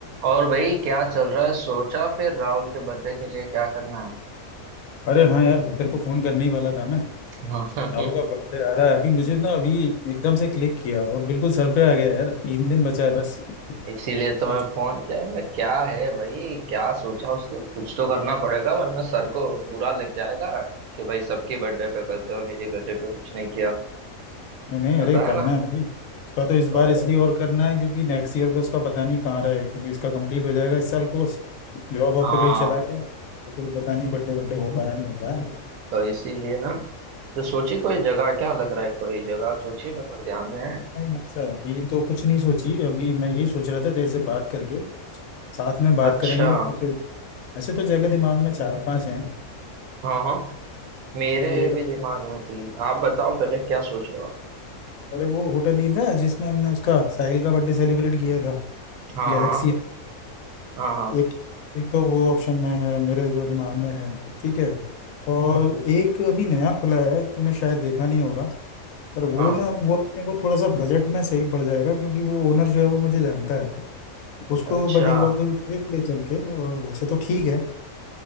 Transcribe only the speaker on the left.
अरे हाँ यार तेरे को फोन करने ही वाला था मैं
राहुल का बर्थडे आ रहा है अभी मुझे ना अभी एकदम से क्लिक किया और बिल्कुल सर पे आ गया यार तीन दिन बचा है बस
कुछ
नहीं नहीं,
अरे करना
है भाई उसका तो इस बार
इसलिए
और करना है क्योंकि नेक्स्ट ईयर का उसका पता नहीं कहाँ रहे क्योंकि इसका कंप्लीट हो जाएगा इस साल कोर्स जॉब वॉब
पे कहीं चला गया तो फिर पता नहीं बर्थडे बर्थडे हो पाया नहीं हो पाया
नहीं अच्छा अभी तो कुछ नहीं सोची अभी मैं यही सोच रहा था देर से बात करके साथ में बात
करेंगे और फिर ऐसे तो जगह दिमाग में चार पांच हैं
तो जो एक
अरे वो होटल ही था जिसमें हमने उसका साहिल का बर्थडे सेलिब्रेट किया था
गैलेक्सी
एक एक तो वो ऑप्शन में है मेरे जो दिमाग में है ठीक है और एक अभी नया खुला है तूने शायद देखा नहीं होगा पर वो
ना वो अपने को थोड़ा सा बजट में सही पड़ जाएगा क्योंकि वो ओनर जो है वो मुझे जानता है उसको
बट एक बार तो देख ले चल के और वैसे तो ठीक है